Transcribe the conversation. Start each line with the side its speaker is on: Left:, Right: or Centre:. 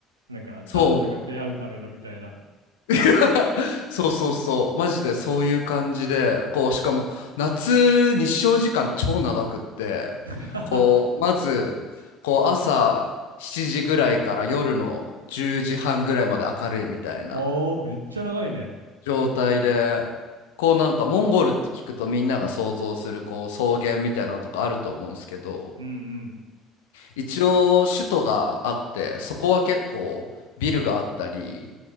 Right: なんか男女が出会うためのみたいな。
Left: そう。<laughs> そうそうそう。マジでそういう感じで、こう、しかも夏日照時間超長くって、
Right: <laughs>
Left: こう、まず、こう、朝7時ぐらいから夜の10時半ぐらいまで明るいみたいな
Right: おー、めっちゃ長いね。
Left: 状態で、こうなんかモンゴルって聞くとみんなが想像するこう草原みたいなのとかあると思うんですけど、
Right: うんうん。
Left: 一応首都があってそこは結構ビルがあったり